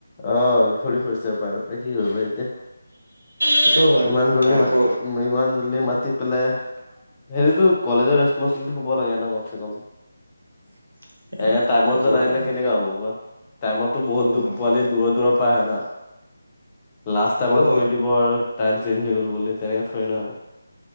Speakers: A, on the left (about 20°); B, on the right (about 80°).
A: অঁ ঘূৰি ফুৰিছে উপায় নাপায় কি কৰিব হেই- তে
B: সেইটোও হয়
A: ইমান জলদি
B: তাৰ আকৌ
A: মাত ইমান জলদি মাতি পেলাই- সেইটো টো কলেজৰ ৰেচপনচিবিলিটি হব লাগে ন কমচে কম।
B: <inaudible>
A: এ টাইমত
B: ফটোৱা
A: জনাই দিলে
B: নহয়
A: কেনেকা হ'ব কোৱা? টাইমতটো
B: সেইটো
A: বহুতো-
B: হয়।
A: দূৰ দূৰৰ পৰা আহে না লাষ্ট
B: সেইটোও
A: টাইমত
B: হয়
A: কৈ দিব আৰু- টাইম চেঞ্জ হৈ গল বুলি তেনেকে থয় না।